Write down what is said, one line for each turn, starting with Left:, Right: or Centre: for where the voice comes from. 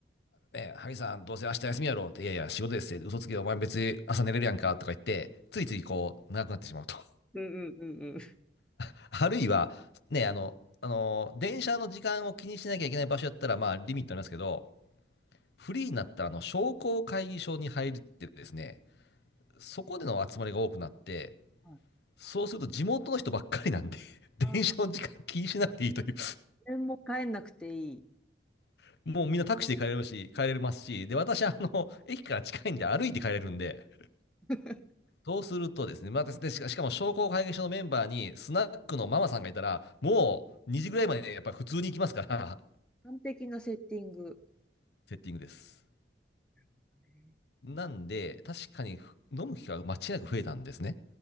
Left: ね、萩さん、どうせ明日休みやろうって、いやいや、仕事ですって、嘘つけ、お前別に朝寝れるやんかとか言って、ついついこう、長くなってしまうと。
Centre: うんうんうん
Left: <laughs> あるいは、ね、あの、あの、電車の時間を気にしなきゃいけない場所やったら、まあ、リミットありますけど、フリーになったあの商工会議所に入ってですね、そこでの集まりが多くなって、
Centre: はい
Left: そうすると地元の人ばっかりなんで、<laughs>
Centre: あ、
Left: 電車の時間気にしなくていいという、
Centre: これも変えなくていい。
Left: <laughs> もうみんなタクシーで帰れるし、帰れますし、で、私、あの、駅から近いんで歩いて帰れるんで、
Centre: <laughs>
Left: そうするとですね、また、でしかしかも商工会議所のメンバーにスナックのママさんがいたら、もう2時ぐらいまでやっぱり普通に行きますから、
Centre: 完璧なセッティング。
Left: <laughs> セッティングです。
Centre: ね
Left: なんで、確かに飲む機会が間違いなく増えたんですね。